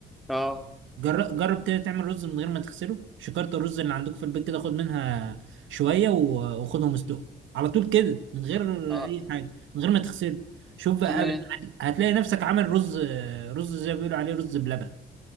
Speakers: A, in the centre; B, on the right (about 75°).
A: اه
B: جر- جرب كده تعمل رز من غير ما تغسله شكارة الرز اللي عندك في البيت كده خد منها شوية و- وخدهم اسلقهم على طول كده من غير
A: اه
B: أي حاجة من غير ما تغسله شوف بقى
A: تمام
B: قابل هت- هتلاقي نفسك عامل رز رز زي ما بيقولوا عليه رز بلبن